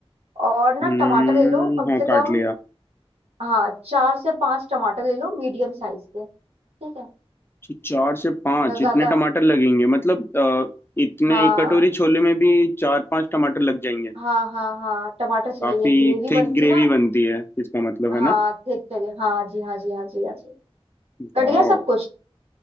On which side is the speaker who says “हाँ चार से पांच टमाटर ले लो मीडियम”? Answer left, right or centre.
Right